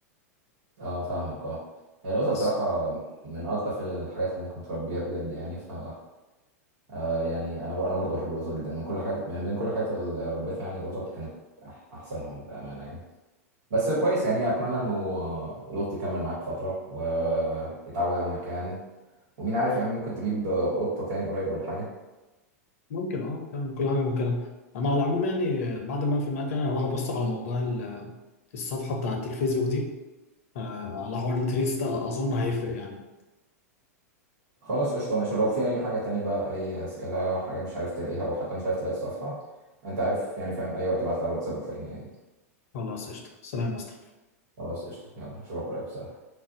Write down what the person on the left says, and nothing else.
بس
ممكن اه فاهم كل حاجه ممكنه انا على العموم يعني بعد ما اقفل معاك يعني انا هروح ابص على موضوع ال- الصفحه بتاعه الفيسبوك دي آه، على حوار التريس ده اظن هيفرق يعني
خلاص قشطه سلام يا اسطى